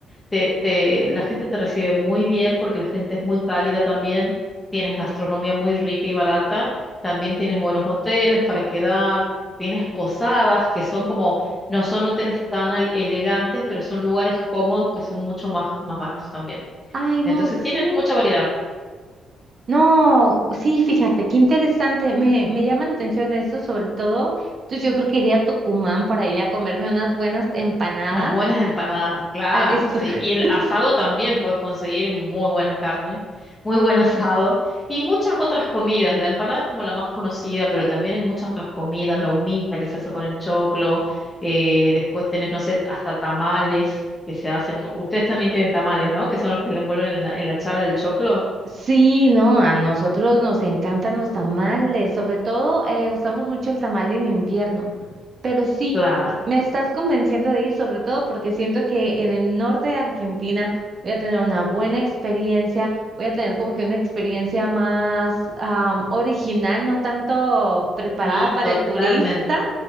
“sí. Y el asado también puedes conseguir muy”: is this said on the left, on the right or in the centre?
Left